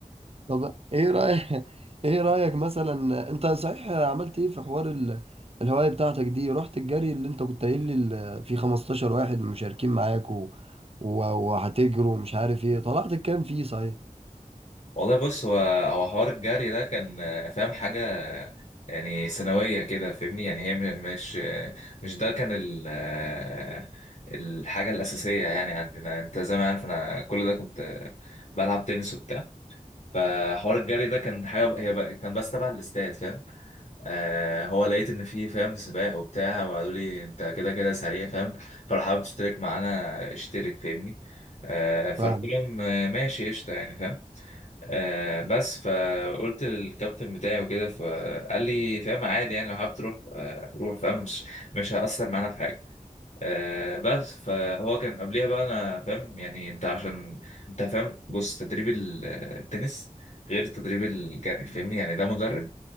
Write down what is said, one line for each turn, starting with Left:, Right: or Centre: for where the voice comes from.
Right: طب ايه رأيك <laughs> ايه رأيك مثلا انت صحيح عملت ايه في حوار ال... الهواية بتاعتك دي رحت الجري اللي انت كنت قايل لي ال- في 15 واحد مشاركين معاك و... و... وهتجروا ومش عارف ايه طلعت الكام فيه صحيح
Left: والله بص هو هو حوار الجري ده كان آه، فاهم حاجة آه، يعني ثانوية كده فاهمني يعني هي م- مش آه، مش ده كان ال آه، الحاجة الأساسية يعني عندنا أنت زي ما عارف أنا كل ده كنت آه، بلعب تنس وبتاع فحوار الجري ده كان حاجة هي بقى كان بس تبع الاستاد فاهم آه هو لقيت إن في فاهم سباق وبتاع وقالوا لي أنت كده كده سريع فاهم فلو حابب تشترك معانا اشترك فاهمني آه فقلت
Right: فاهم
Left: لهم آه، ماشي قشطة يعني فاهم آه بس فقلت للكابتن بتاعي وكده فقال لي فاهم عادي يعني لو حابب تروح آه روح فاهم مش مش هيأثر معانا في حاجة آه بس فهو كان قبليها بقى انا فاهم يعني انت عشان انت فاهم بص تدريب ال- آه، التنس غير تدريب الجري فاهمني يعني ده مدرب